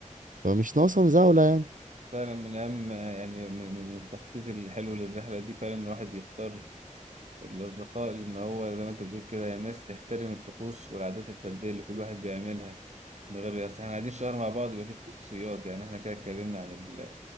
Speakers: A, on the right (about 80°); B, on the right (about 60°).
A: فمش ناقصه مزاولة يعني
B: فعلا من أهم يعني من من- من التخطيط الحلو للرحلة دي فعلا الواحد يختار الأصدقاء اللي إن هو زي ما أنت بتقول كده يعني ناس تحترم الطقوس والعادات الفردية اللي كل واحد بيعملها من غير أصل إحنا قاعدين شهر مع بعض يبقى في خصوصيات يعني إحنا كده اتكلمنا عن ال...